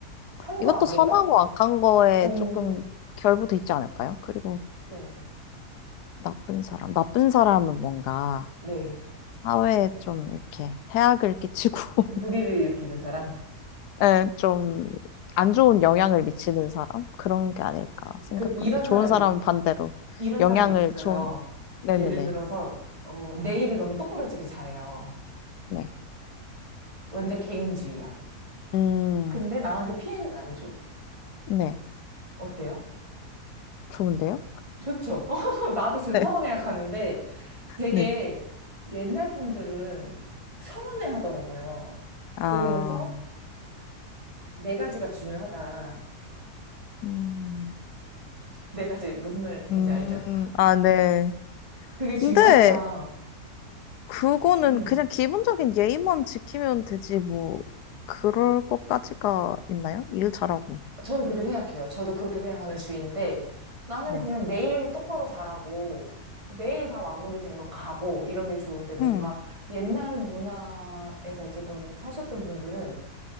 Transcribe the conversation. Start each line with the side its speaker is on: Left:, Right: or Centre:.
Right: 선과
Left: 이것도
Right: 악인가?
Left: 선하고 악한 거에
Right: 음,
Left: 조금 결부돼 있지 않을까요? 그리고
Right: 네.
Left: 나쁜 사람. 나쁜 사람은 뭔가
Right: 네.
Left: 사회에 좀 이렇게 해악을 끼치고, <laughs>
Right: 무리를 일으키는 사람.
Left: 예, 좀, 안 좋은 영향을 미치는 사람? 그런 게 아닐까 생각합니다.
Right: 그럼 이런
Left: 좋은
Right: 사람이,
Left: 사람은 반대로
Right: 이런
Left: 영향을
Right: 사람이 있어요.
Left: 좋은, 네네네.
Right: 예를 들어서, 어, 내 일을 너무 똑부러지게 잘해요.
Left: 네.
Right: 완전 개인주의야.
Left: 음.
Right: 근데 남한테 피해는 안 줘.
Left: 네.
Right: 어때요?
Left: 좋은데요?
Right: 좋죠. <laughs> 나도 좋다고
Left: 네,
Right: 생각하는데, 되게
Left: 네.
Right: 옛날 분들은 서운해 하더라고요.
Left: 아,
Right: 그러면서 네 가지가 중요하다.
Left: 음,
Right: 네 가지 무슨 말인지
Left: 음,
Right: 알죠?
Left: 아, 네.
Right: 그게 중요하다.
Left: 근데 그거는
Right: 음.
Left: 그냥 기본적인 예의만 지키면 되지, 뭐, 그럴 것까지가 있나요? 일 잘하고.
Right: 저도 그렇게 생각해요. 저도 그렇게 생각하는 주의인데 나는
Left: 네.
Right: 그냥 내일 똑바로 잘하고 내일 다 마무리되면 가고 이런 게 좋은데 뭔가
Left: 음,
Right: 옛날 문화에서 조금 사셨던 분들은